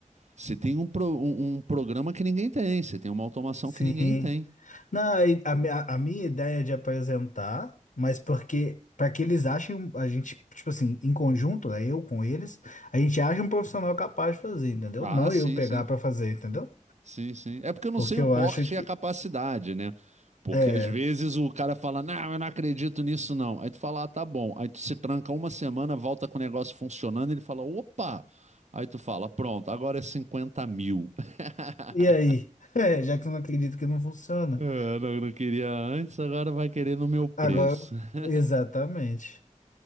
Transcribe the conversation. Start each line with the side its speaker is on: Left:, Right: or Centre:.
Right: você tem um, pro- um- um programa que ninguém tem, você tem uma automação
Left: sim.
Right: que ninguém tem.
Left: Não, a, a mi- a minha ideia é de apresentar, mas porque para que eles achem, a gente, tipo assim, em conjunto, né, eu com eles, a gente acha um profissional capaz de fazer, entendeu?
Right: Ah,
Left: Não
Right: sim,
Left: eu pegar
Right: sim.
Left: para fazer, entendeu?
Right: Sim, sim. É porque eu não
Left: Porque
Right: sei o
Left: eu
Right: porte
Left: acho que
Right: e a capacidade, né? Porque
Left: é.
Right: às vezes o cara fala, não, eu não acredito nisso, não. Aí tu fala, ah, tá bom. Aí tu se tranca uma semana, volta com o negócio funcionando, ele fala, opa! Aí tu fala, pronto, agora é cinquenta mil. <laughs>
Left: E aí? <laughs> É, já que eu não acredito que não funciona.
Right: É, não, não queria antes, agora vai querer no meu preço.
Left: Agora,
Right: <laughs>
Left: exatamente.